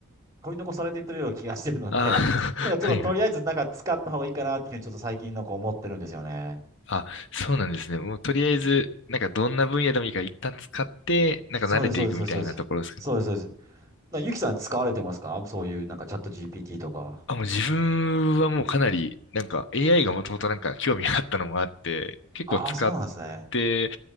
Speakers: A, on the right; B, on the left.
A: 取り残されていってるような気がしてるので、
B: あ
A: <laughs> なんかちょっととりあえずなんか使った方がいいかなっていうふうにちょっと最近のん思ってるんですよね。
B: あ、<laughs> はいはい。あ、そうなんですね。もうとりあえず、
A: うん
B: なんかどんな分野でもいいから一旦使って、なんか慣れていくみたいなところですか。
A: そうです、そうです、そうです。そうです、そうです。そうですなゆきさん使われてますかそういうなんかチャット GPT とか。
B: あ、もう自分はもうかなり、なんか AI がもともとなんか興味があったのもあって、結構使っ
A: ああ、そうなんですね。
B: て